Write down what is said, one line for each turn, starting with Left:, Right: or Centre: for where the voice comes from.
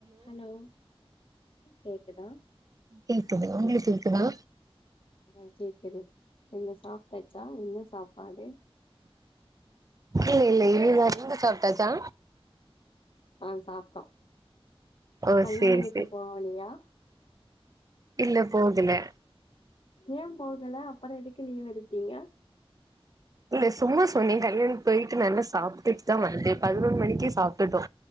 Left: hello கேக்குதா
Right: கேக்குது உங்ளு கேக்குதா
Left: ஆ கேக்குது என்ன சாப்ட்டாச்சா என்ன சாப்பாடே
Right: இல்ல இல்ல இல்லுர் வந்து சாப்ட்டாச்சா
Left: ஆ சாப்ட்டோ
Right: ஓ
Left: கல்யாண
Right: சேரி
Left: வீட்டு
Right: சே
Left: போவலையா
Right: இல்ல போகெல
Left: ஏன் போகல அப்பற எதுக்கு லீவ் எடுத்தீங்க
Right: இல்ல சும்மா சொன்னே கல்யாண்க் போய்ட்டு நல்லா சாப்ட்டு த்தா வந்து பதினொண் மணிக்கே சாப்ட்டுட்டோ